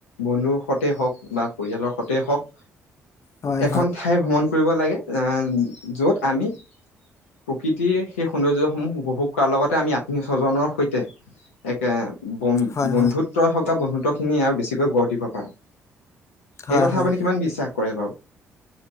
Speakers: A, on the left (about 75°); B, on the left (about 45°).
A: বন্ধুৰ সতে হওক বা পৰিয়ালৰ সতে হওক
B: হয়
A: এখন ঠাই ভ্ৰমণ কৰিব লাগে আ য'ত আমি প্ৰকৃতিৰ সেই সৌন্দৰ্য সমূহ উপভোগ কৰাৰ লগতে আমি আত্মীয় স্বজনৰ সৈতে একে
B: হয়
A: বন্ধুত্বই
B: হয়
A: হওঁক বন্ধুত্ব খিনি আৰু বেছিকৈ গঢ় দিব পাৰো এই
B: হয়
A: কথা
B: হয়
A: আপুনি কিমান বিশ্বাস কৰে বাও